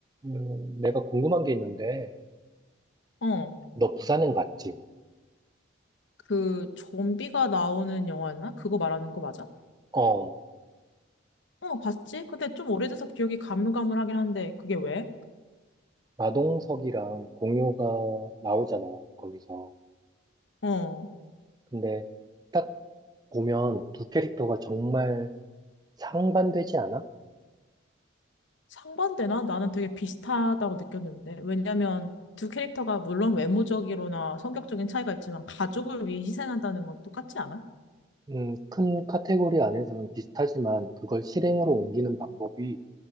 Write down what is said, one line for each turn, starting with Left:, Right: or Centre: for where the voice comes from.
Right: 음, 내가 궁금한 게 있는데,
Left: 어,
Right: 너 부산행 봤지?
Left: 그 좀비가 나오는 영화였나? 그거 말하는 거 맞아?
Right: 어,
Left: 어, 봤지? 근데 좀 오래돼서 기억이 가물가물하긴 한데 그게 왜?
Right: 마동석이랑 공효가 나오잖아, 거기서.
Left: 어,
Right: 근데 딱 보면 두 캐릭터가 정말 상반되지 않아?
Left: 상반되나? 나는 되게 비슷하다고 느꼈는데 왜냐면 두 캐릭터가 물론 외모적으로나 성격적인 차이가 있지만 가족을 위해 희생한다는 건 똑같지 않아?
Right: 음, 큰 카테고리 안에서는 비슷하지만 그걸 실행으로 옮기는 방법이